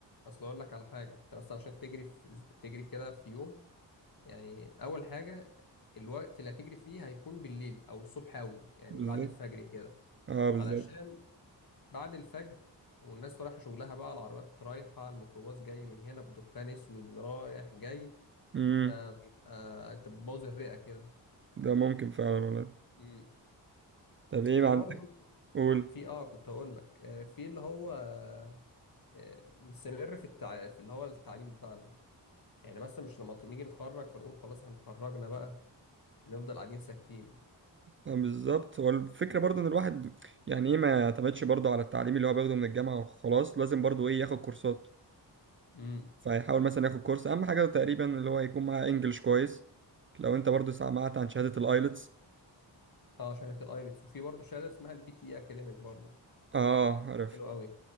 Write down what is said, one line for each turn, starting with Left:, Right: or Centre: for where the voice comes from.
Left: اصل اقول لك على حاجه انت بس عشان تجري في... تجري كده في يوم يعني اول حاجه الوقت اللي هتجري فيه هيكون بالليل او الصبح اوي يعني
Right: بالظبط
Left: بعد الفجر كده
Right: اه بالظبط
Left: علشان بعد الفجر والناس رايحه شغلها بقى العربيات رايحه الميكروباص جاي من هنا بدخان اسود رايح جاي
Right: امم
Left: فبيبقى انت بتبوظ الرئه كده
Right: ده ممكن فعلا والله
Left: امم
Right: طب ايه
Left: في
Right: ما عندك
Left: برضه
Right: قول
Left: في اه كنت هقول لك آه، في اللي هو آه، آه، نستمر في التع... في اللي هو التعليم بتاعنا يعني مثلا مش لما ت- نيجي نتخرج فنقول خلاص احنا اتخرجنا بقى نفضل قاعدين ساكتين
Right: آه، بالظبط هو الفكرة برضه ان الواحد يعني ايه ما يعتمدش برضه على التعليم اللي هو بياخده من الجامعة وخلاص لازم برضه ايه ياخد كورسات
Left: امم
Right: فيحاول مثلا ياخد كورس اهم حاجة تقريبا اللي هو يكون معاه انجلش كويس لو انت برضه سمعت عن شهادة الايلتس
Left: اه شهاده الايلتس وفي برضه شهاده اسمها البي تي اي اكاديميك برضه
Right: اه عارف
Left: حلو قوي